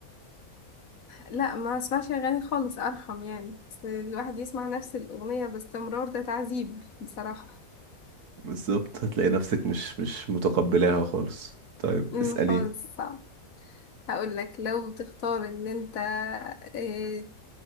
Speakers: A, on the left; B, on the right.
A: لا ما اسمعش اغاني خالص ارحم يعني بس الواحد يسمع نفس الاغنيه باستمرار ده تعذيب بصراحه
B: بالظبط هتلاقي نفسك مش مش متقبلاها خالص طيب
A: امم
B: اسأليني
A: خالص صعب هقول لك لو تختار ان انت آه،